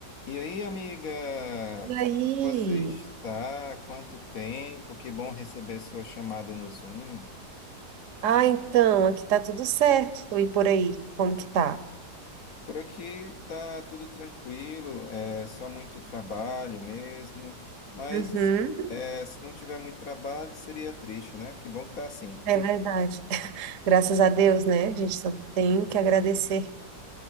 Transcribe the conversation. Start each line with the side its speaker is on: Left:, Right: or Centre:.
Left: E aí, amiga,
Right: E
Left: como
Right: aí?
Left: é que você está? Quanto tempo? Que bom receber sua chamada no Zoom.
Right: Ah, então, aqui tá tudo certo. E por aí, como que tá?
Left: Por aqui tá tudo tranquilo, é só muito trabalho mesmo. Mas
Right: Uhum,
Left: é, se não tiver muito trabalho, seria triste, né? Que bom que tá assim.
Right: é
Left: <laughs>
Right: verdade. <laughs> Graças a Deus, né? A gente só tem que agradecer.